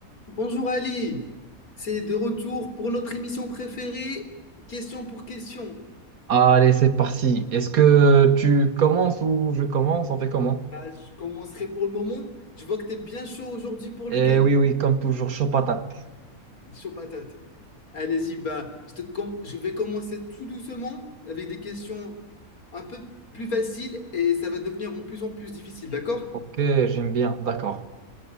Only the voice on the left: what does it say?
Bonjour Ali, c'est de retour pour notre émission préférée, question pour question.
Ah, je commencerai pour le moment. Je vois que tu es bien chaud aujourd'hui pour
le game.
Chaud patate. Allez-y, bah, je, te com- je vais commencer tout doucement avec des questions un peu plus faciles et ça va devenir en plus en plus difficile, d'accord?